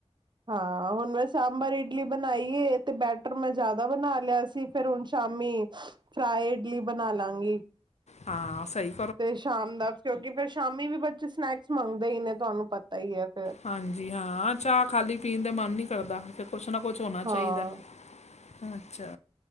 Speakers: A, on the right; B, on the left.
A: ਹਾਂ, ਹੁਨ ਮੈਂ ਸਾਂਬਰ ਇਡਲੀ ਬਨਾਈ ਏ ਤੇ ਬੈਟਰ ਮੈਂ ਜਾਦਾ ਬਨਾ ਲਿਆ ਸੀ ਫੇਰ ਹੁਨ ਸ਼ਾਮੀ ਫਰਾਏ ਇਡਲੀ ਬਨਾ ਲਾਂਗੀ।
B: ਹਾਂ, ਸਈ
A: ਤੇ ਸ਼ਾਮ ਦਾ ਕਿਉਂਕਿ ਫੇਰ ਸ਼ਾਮੀ ਵੀ ਬੱਚੇ ਸਨੈਕਸ ਮੰਗਦੇ ਈ ਨੇ ਤੁਆਨੂੰ ਪਤਾ ਈ ਏ ਫੇਰ।
B: ਹਾਂਜੀ ਹਾਂ, ਚਾਅ ਖਾਲੀ ਪੀਨ ਤੇ ਮਨ ਨੀ ਕਰਦਾ ਕੁਛ ਨਾ ਕੁਛ ਹੋਣਾ
A: ਹਾਂ
B: ਚਾਈਦੈ। ਅੱਛਾ।